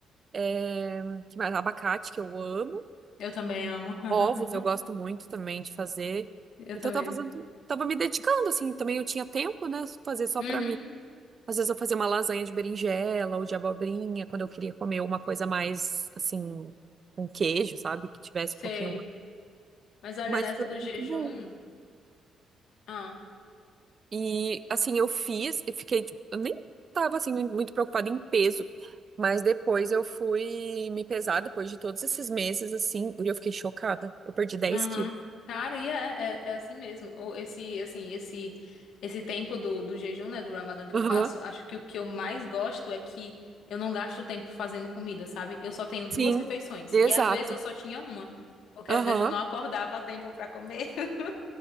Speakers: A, on the right; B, on the left.
A: é, que mais? Abacate, que eu amo.
B: Eu também amo. <laughs>
A: Ovos eu gosto muito também de fazer.
B: Eu
A: Então
B: também.
A: eu tava fazendo, tava me dedicando, assim, também eu tinha tempo, né, fazer só
B: Uhum,
A: para mim. Às vezes eu fazia uma lasanha de berinjela ou de abobrinha, quando eu queria comer uma coisa mais, assim, com queijo, sabe? Que tivesse
B: sei.
A: um pouquinho
B: Mas olha,
A: mais.
B: nessa
A: Ficou
B: do jejum.
A: muito bom.
B: ah,
A: E, assim, eu fiz e fiquei, tipo, eu nem tava, assim, muito preocupada em peso. Mas depois eu fui me pesar, depois de todos esses meses, assim, e eu fiquei chocada. Eu perdi 10
B: Aham.
A: quilos.
B: Cara, e é, é, é assim mesmo. Ou esse, assim, esse esse tempo do, do jejum, né, do Ramadã que
A: Aham,
B: eu faço, acho que o que eu mais gosto é que eu não gasto tempo fazendo comida, sabe? Eu só tenho duas
A: sim,
B: refeições.
A: exato.
B: E às vezes eu só tinha uma, porque
A: Aham.
B: às vezes eu não acordava a tempo pra comer. <laughs>